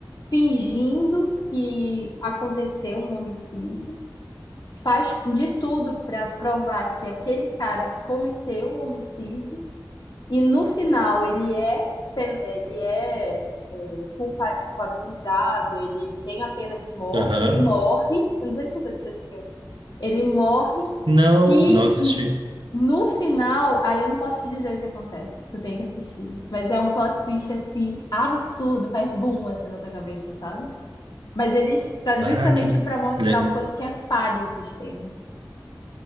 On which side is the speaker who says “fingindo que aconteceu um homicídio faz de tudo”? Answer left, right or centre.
Left